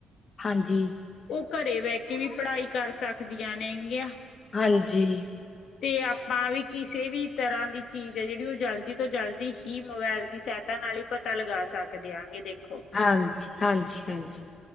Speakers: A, on the left (about 40°); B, on the left (about 70°).
A: ਹਾਂਜੀ।
B: ਉਹ ਘਰੇ ਬਹਿ ਕੇ ਵੀ ਪੜ੍ਹਾਈ ਕਰ ਸਕਦੀਆਂ ਨੇਗੀਆਂ।
A: ਹਾਂਜੀ
B: ਅਤੇ ਆਪਾਂ ਵੀ ਕਿਸੇ ਵੀ ਤਰ੍ਹਾਂ ਦੀ ਚੀਜ਼ ਹੈ ਜਿਹੜੀ ਉਹ ਜਲਦੀ ਤੋਂ ਜਲਦੀ ਹੀ ਮੋਬਾਇਲ ਦੀ ਸਹਾਇਤਾ ਨਾਲ ਹੀ ਪਤਾ ਲਗਾ ਸਕਦੇ ਆਗੇ ਦੇਖ
A: ਹਾਂਜੀ- ਹਾਂਜੀ- ਹਾਂਜੀ।